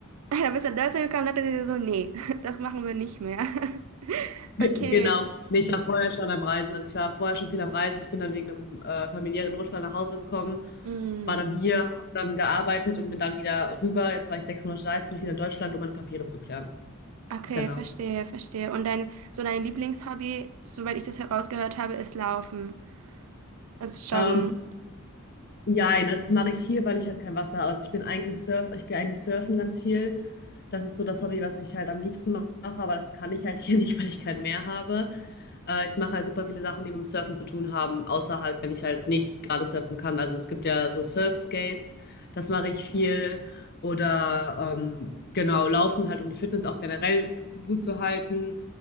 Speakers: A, on the right; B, on the left.
A: Da bist du nach Deutschland gekommen und dachte dir so, nee, <laughs> das machen wir nicht mehr. <laughs> Okay.
B: Genau. Ne, ich war vorher schon am Reisen. Also, ich war vorher schon viel am Reisen. Ich bin dann wegen einem äh, familiären Notfall nach Hause gekommen,
A: mm.
B: war dann hier, habe dann gearbeitet und bin dann wieder rüber. Jetzt war ich 6 Monate da, jetzt bin ich wieder in Deutschland, um meine Papiere zu klären.
A: Okay,
B: Genau.
A: verstehe, verstehe. Und dein, so dein Lieblingshobby, soweit ich das herausgehört habe, ist Laufen, also
B: Ähm
A: Joggen.
B: Jein, also das mache ich hier, weil ich halt kein Wasser habe. Also ich bin eigentlich Surf, ich gehe eigentlich surfen ganz viel. Das ist so das Hobby, was ich halt am liebsten mache, aber das kann ich halt <laughs> hier nicht, weil ich kein Meer habe. Äh, ich mache halt super viele Sachen, die mit dem Surfen zu tun haben, außer halt, wenn ich halt nicht gerade surfen kann. Also es gibt ja so Surfskates, das mache ich viel. Oder ähm, genau, laufen halt, um die Fitness auch generell gut zu halten.